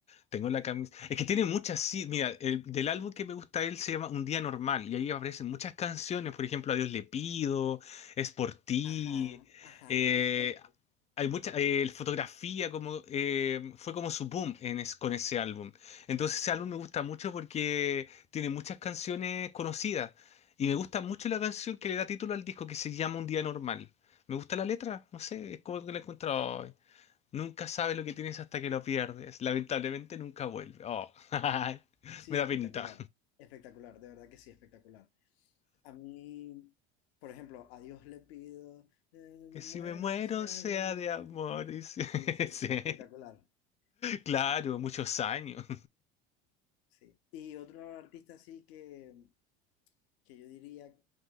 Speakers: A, on the left; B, on the left.
A: Tengo la camisa. Es que tiene muchas, sí. Mira, el- del álbum que me gusta a él se llama Un Día Normal y ahí aparecen muchas canciones. Por ejemplo, A Dios le pido, Es por ti.
B: Ajá, ajá,
A: eh,
B: exacto.
A: hay mucha eh, fotografía, como, eh, fue como su boom en es- con ese álbum. Entonces, ese álbum me gusta mucho porque tiene muchas canciones conocidas. Y me gusta mucho la canción que le da título al disco que se llama Un Día Normal. Me gusta la letra, no sé, es como que la he encontrado Nunca sabes lo que tienes hasta que lo pierdes. Lamentablemente nunca vuelve. Oh, <laughs> ay,
B: Sí,
A: me da
B: espectacular.
A: penita.
B: Espectacular, de verdad que sí, espectacular. A mí, por ejemplo, a Dios le pido, eh,
A: Que
B: me
A: si
B: muero,
A: me muero
B: sea
A: sea
B: de amor.
A: de amor. y si- <laughs>
B: Sí, sí,
A: sí.
B: sí, espectacular.
A: Claro,
B: Espectacular.
A: muchos años.
B: Sí. Y otro artista así que que yo diría